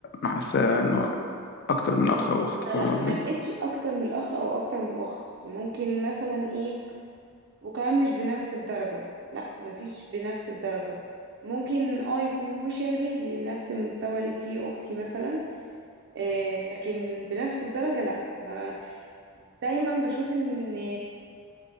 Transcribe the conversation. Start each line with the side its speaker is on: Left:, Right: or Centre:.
Left: حاساه إنه أكتر من أخ أو أخت
Right: لا
Left: فاهم
Right: لا
Left: قصدي؟
Right: ما لقيتش اكتر من الاخ او اكتر من الاخت ممكن مثلا ايه وكمان مش بنفس الدرجة لا مفيش بنفس الدرجة ممكن اه يكون مشابه لنفس المستوى اللي فيه أختي مثلا آه لكن بنفس الدرجة لا ما دايما بشوف ان